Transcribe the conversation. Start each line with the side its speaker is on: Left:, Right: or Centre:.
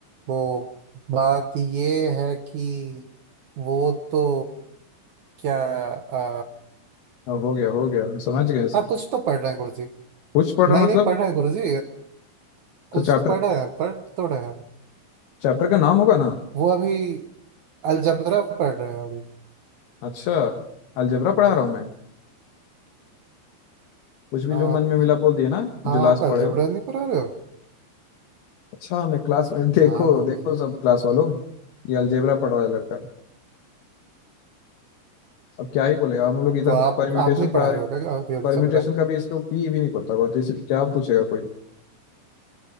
Right: वो बात ये है कि वो तो क्या आ,
Left: अब हो गया हो गया हम समझ गए
Right: हाँ कुछ तो पढ़ रहे हैं गुरुजी
Left: कुछ पढ़ रहा
Right: नहीं
Left: मतलब
Right: नहीं पढ़ रहे हैं गुरुजी कुछ
Left: तो चैप्टर
Right: तो पढ़ रहे हैं पढ़ तो रहे हैं
Left: चैप्टर का नाम होगा ना
Right: वो अभी अलजबरा पढ़ रहे हो अभी
Left: अच्छा अलजेब्रा पढ़ा रहा हूँ मैं कुछ भी
Right: हाँ
Left: जो मन में मिला बोल दिए ना
Right: हाँ
Left: जो लास्ट
Right: आप अलजबरा
Left: पढ़े हो
Right: नहीं पढ़ा रहे हो
Left: अच्छा मैं क्लास में देखो
Right: हाँ गुरु
Left: देखो
Right: जी
Left: सब क्लास वालों ये अलजेब्रा पढ़ रहा है लड़का अब क्या ही बोलेगा हम लोग इधर
Right: तो आप
Left: परम्यूटेशन
Right: आप नहीं
Left: पढ़ा
Right: पढ़ा
Left: रहे
Right: रहे हो क्या अभी अलजबरा
Left: परम्यूटेशन का भी इसको भी भी नहीं पता होगा तो इसे क्या पूछेगा कोई